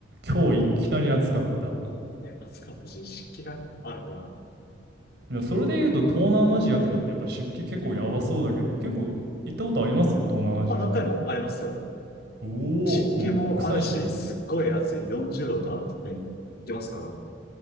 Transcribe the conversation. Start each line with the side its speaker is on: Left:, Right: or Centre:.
Right: 今日いきなり暑かった。
Left: ね、暑かったし、湿気がねあるから、
Right: でもそれで言うと東南アジアとかってやっぱ湿気結構やばそうだけど、結構行ったことあります東南アジア。
Left: まあ、何回もありますよ。
Right: おお、
Left: 湿気もあるし、
Right: もう国際色。
Left: すっごい暑い、40度とかね、いきますから。